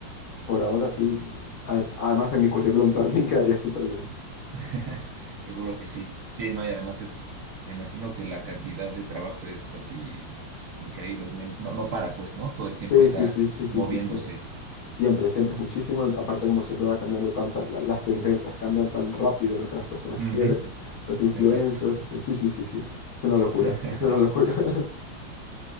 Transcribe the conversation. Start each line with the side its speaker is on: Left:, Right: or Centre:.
Left: por ahora sí, a- además en mi currículum también <laughs> quedaría súper bien.
Right: <laughs> Seguro que sí. Sí, no, y además es, me imagino que la cantidad de trabajo es así increíble. es me- No, no para, pues, ¿no? Todo el tiempo
Left: Sí,
Right: está
Left: sí, sí, sí, sí,
Right: moviéndose.
Left: sí, sí. Siempre, siempre es muchísimo. Aparte, como siempre va cambiando tanta, la- las tendencias cambian tan rápido lo que las personas
Right: Ujú,
Left: quieren, los influencers.
Right: exacto.
Left: Sí, sí, sí, sí. sí, Es una locura.
Right: <laughs>
Left: <laughs> Es una locura. <laughs>